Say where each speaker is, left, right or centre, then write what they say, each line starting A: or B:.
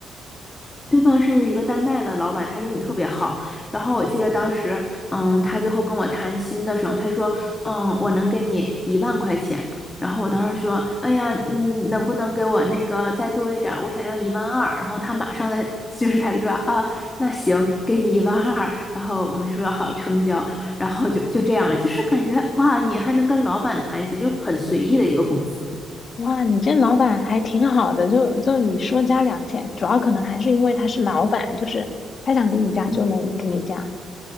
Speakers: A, on the left; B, on the left.
A: 对方是一个丹麦的老板，他英语特别好。然后我记得当时，嗯，他最后跟我谈心的时候，他就说，嗯，我能给你一万块钱。然后我当时说，哎呀，嗯，能不能给我那个再多一点儿？我想要一万二。然后他马上在 <laughs> 就是他就说，啊，那行，给你一万二。然后我们就说好成交。然后就就这样，就是感觉哇，你还能跟老板谈心，就很随意的一个公司。
B: 哇，你这老板还挺好的，就就你说加两千，主要可能还是因为他是老板，就是他想给你加就能给你加。
A: 嗯